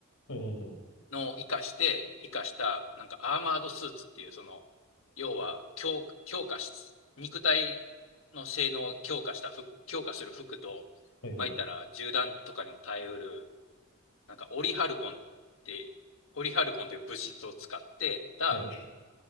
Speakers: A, on the left (about 85°); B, on the left (about 70°).
A: はいはいはい。
B: なのを活かして、活かした、なんかアーマードスーツっていう、その、要は強、強化し、肉体の性能を強化した服、強化する服と、
A: はいはい。
B: まあ、言ったら銃弾とかにも耐えうる、なんかオリハルコンって、オリハルコンという物質を使ってた
A: はい。